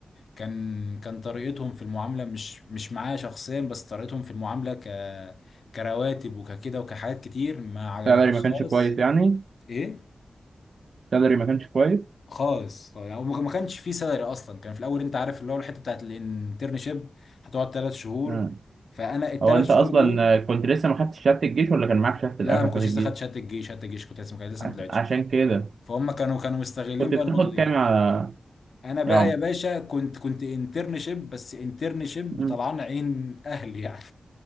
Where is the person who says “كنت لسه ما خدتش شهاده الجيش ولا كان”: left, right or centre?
Right